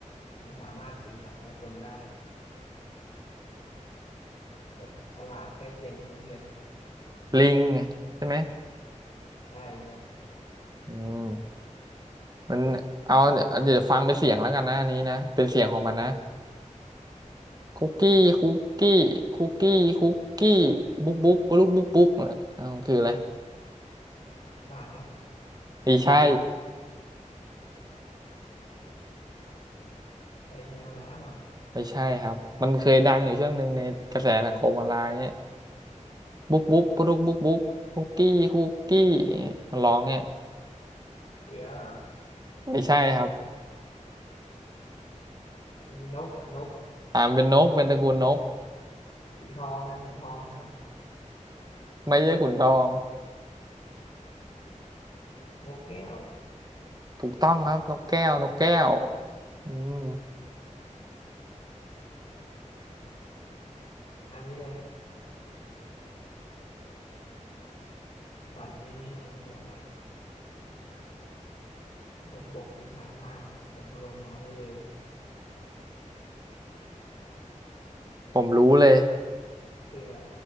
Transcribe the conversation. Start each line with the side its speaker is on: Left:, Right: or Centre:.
Left: มันสามารถสื่อสารกับคนได้แบบฉลาดใกล้เคียงมนุษย์เลย
Right: ลิงไงใช่ไหม
Left: ใช่ไหม
Right: อืมมันเอาเนี่ยวเดี๋ยวฟังเป็นเสียงแล้วกันนะอันนี้นะเป็นเสียงของมันนะ
Left: อืม
Right: คุกกี้คุกกี้คุกกี้คุกกี้บุ๊กบุ๊กบุ๊กบุ๊กบุ๊กเออมันคืออะไร
Left: หมา
Right: ไม่ใช่
Left: ไอ้แมวน้ำเหรอ่ะ
Right: ไม่ใช่ครับมันเคยดังอยู่ช่วงหนึ่งในกระแสสังคมออนไลน์เนี่ยบุ๊กบุ๊กปุ๊กบุ๊กบุ๊กคุกกี้คุกกี้เนี่ยมันร้องเนี่ย
Left: เสือเหรอ
Right: ไม่ใช่ครับ
Left: ไอ้นกเหรอ่ะนก
Right: อ่ามนเป็นนกเป็นตระกูลนก
Left: ขุนทองอ่ะขุนทองนั่นแหละ
Right: ไม่ใช่ขุนทอง
Left: นกแก้ว
Right: ถูกต้องครับนกแก้วนกแก้วอืม
Left: อันนี้เลยตัดอันนี้เนี่ยแบบว่าบนบกมีช้ามากแต่พอลงน้ำแล้วเร็ว
Right: ผมรู้เลย
Left: คืออะไร